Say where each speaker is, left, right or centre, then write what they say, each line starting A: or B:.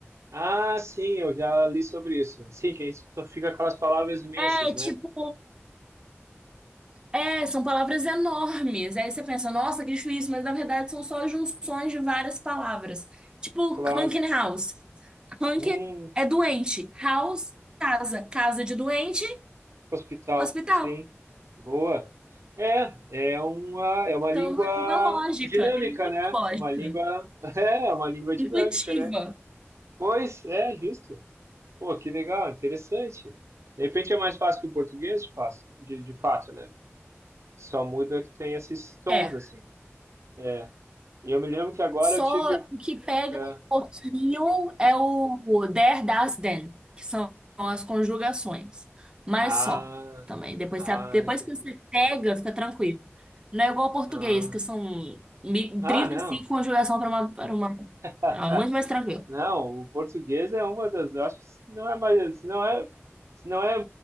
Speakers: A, on the right; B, on the right.
A: Ah, sim, eu já li sobre isso. Sim, que isso fica aquelas palavras imensas,
B: É
A: né?
B: tipo. É, são palavras enormes. Aí você pensa, nossa, que difícil, mas na verdade são só junções de várias palavras. Tipo,
A: Claro.
B: Hunken House. Hunken
A: Hum.
B: é doente. House, casa. Casa de doente,
A: Hospital,
B: hospital.
A: sim. Boa. É, é uma, é uma
B: Então,
A: língua
B: é uma lógica.
A: dinâmica,
B: É muito
A: né?
B: lógica.
A: Uma língua, <laughs> é, uma língua dinâmica,
B: Intuitiva.
A: né? Pois, é, justo. Pô, que legal, interessante. De repente é mais fácil que o português, de, fato, de, de fato, né? Só muda que tem esses tons,
B: É.
A: assim. É. E eu me lembro que agora
B: Só
A: eu tive.
B: o que pega
A: é,
B: um pouquinho é o there, das, then, que são as conjugações. Mas
A: Ah,
B: só também. Depois,
A: ah,
B: você- depois
A: entendi.
B: que você pega, fica tranquilo. Não é igual ao português,
A: Ah,
B: que são mi-
A: ah,
B: trinta
A: não.
B: e cinco conjugação para uma, para uma.
A: <laughs>
B: É muito mais tranquilo.
A: Não, o português é uma das. Eu acho que se não é mais, se não é, se não é